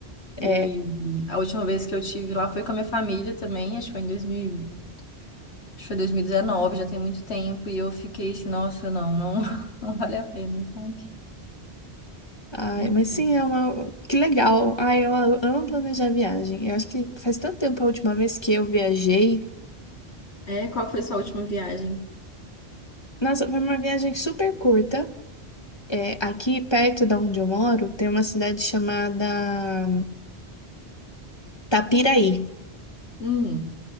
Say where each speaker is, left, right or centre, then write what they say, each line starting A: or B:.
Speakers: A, on the left; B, on the left.
A: E
B: é.
A: a última vez que eu tive lá foi com a minha família também, acho que foi em dois mil acho que foi 2019, já tem muito tempo, e eu fiquei assim, nossa, não, não, <laughs> não vale a pena, sabe?
B: Ai,
A: Enfim.
B: mas sim, é uma... que legal. Ai, eu a- amo planejar viagem. Eu acho que faz tanto tempo a última vez que eu viajei.
A: É, qual foi sua última viagem?
B: Nossa, foi uma viagem super curta. É, aqui perto da onde eu moro, tem uma cidade chamada Tapiraí.
A: Hum,